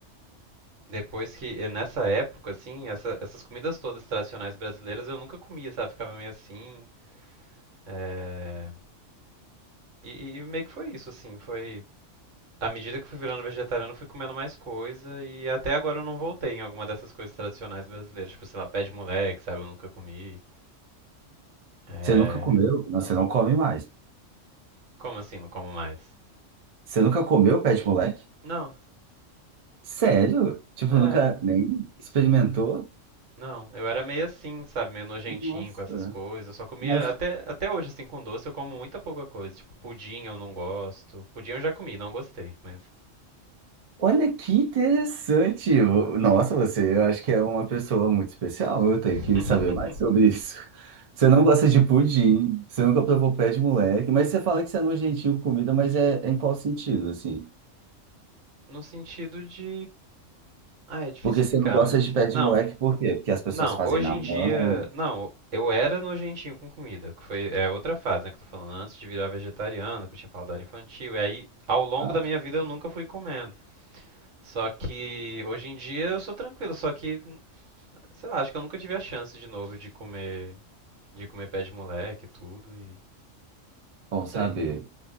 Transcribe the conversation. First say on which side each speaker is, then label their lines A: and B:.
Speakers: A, on the right (about 70°); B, on the right (about 50°).
A: depois que, e nessa época, assim, essa- essas comidas todas tradicionais brasileiras eu nunca comia, sabe? Ficava meio assim. É, e, e meio que foi isso, assim. Foi À medida que eu fui virando vegetariano, eu fui comendo mais coisa e até agora eu não voltei em alguma dessas coisas tradicionais brasileiras. Tipo, sei lá, pé de moleque, sabe? Eu nunca comi. É...
B: Você nunca comeu? Não, você não come mais.
A: Como assim, não como mais?
B: Você nunca comeu pé de moleque?
A: Não,
B: Sério? Tipo,
A: é...
B: nunca nem experimentou?
A: Não, eu era meio assim, sabe? Meio nojentinho
B: Nossa.
A: com essas coisas. Eu só comia,
B: Mas
A: até, até hoje, assim, com doce, eu como muita pouca coisa. Tipo, pudim eu não gosto. Pudim eu já comi, não gostei, mas...
B: Olha que interessante. Vo- Nossa, você, eu acho que é uma pessoa muito especial. Eu tenho
A: <laughs>
B: que saber mais sobre isso. Você não gosta de pudim, você nunca provou pé de moleque, mas você fala que você é nojentinho com comida, mas é, é em qual sentido, assim?
A: No sentido de... Ah, é difícil
B: Porque
A: explicar,
B: você não gosta
A: mas assim...
B: de pé de
A: Não,
B: moleque, por quê? Porque as pessoas
A: Não,
B: fazem
A: hoje
B: na
A: em
B: mão.
A: dia. Não, eu era nojentinho com comida, que foi é outra fase, né, que eu tô falando, antes de virar vegetariano, que eu tinha paladar infantil, e aí ao longo
B: Ah,
A: da
B: tá.
A: minha vida eu nunca fui comendo. Só que hoje em dia eu sou tranquilo, só que, sei lá, acho que eu nunca tive a chance de novo de comer, de comer pé de moleque e tudo e
B: Bom
A: não sei.
B: saber.